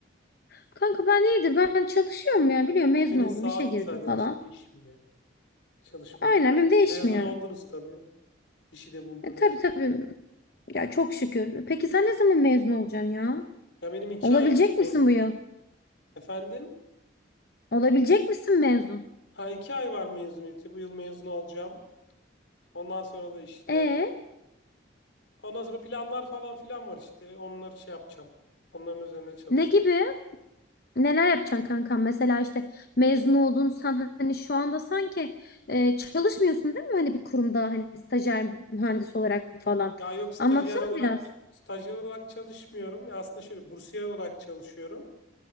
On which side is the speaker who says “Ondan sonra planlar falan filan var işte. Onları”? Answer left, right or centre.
Left